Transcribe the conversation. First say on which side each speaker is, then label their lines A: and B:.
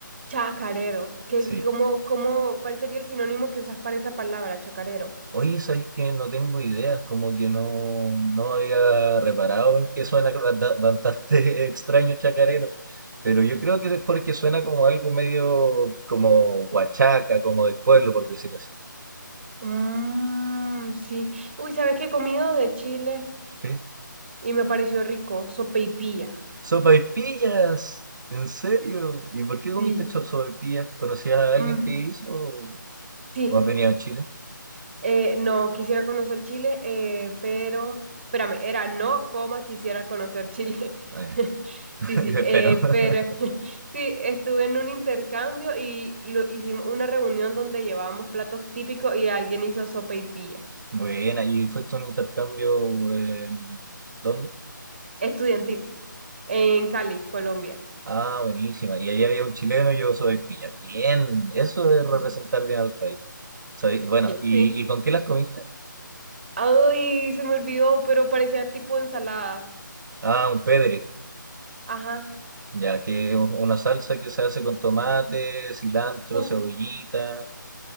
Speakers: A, on the right (about 30°); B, on the right (about 65°).
A: Chacarero. ¿Qué,
B: Sí.
A: cómo, cómo, cuál sería el sinónimo que usas para esa palabra, chacarero?
B: Oye, sabes que no tengo ideas, como que no, no había reparado en que suena banda- bastante <laughs> extraño chacarero, pero yo creo que es porque suena como algo medio como huachaca, como del pueblo, por decir así.
A: Mmm, sí. Uy, ¿sabes qué he comido de Chile?
B: ¿Qué?
A: Y me pareció rico, sopaipilla.
B: ¡Sopaipillas! ¿En serio? ¿Y por qué comiste
A: Sí.
B: cho- sopaipillas? ¿Conocías a alguien
A: Mm,
B: que hizo?
A: sí.
B: ¿Vos has venido a Chile?
A: Eh, no, quisiera conocer Chile, eh, pero, espérame, era no, coma, quisiera conocer Chile.
B: Ah, ya.
A: <laughs>
B: <laughs>
A: Sí, sí, eh,
B: Pero, <laughs>
A: pero <laughs> sí, estuve en un intercambio y lo, hicimos una reunión donde llevábamos platos típicos y alguien hizo sopa y pilla
B: bueno, ¿y fuiste a un intercambio en... ¿Dónde?
A: estudiantil en Cali, Colombia.
B: Ah, buenísima. Y ahí había un chileno, y yo soy pilla. Bien, eso es representar
A: <laughs>
B: bien al país. Sabí- Bueno, ¿y,
A: Sí.
B: y con qué las comiste?
A: Ay, se me olvidó, pero parecía tipo ensalada.
B: Ah, un pedre,
A: Ajá,
B: ya que es una salsa que se hace con tomate, cilantro,
A: justo.
B: cebollita.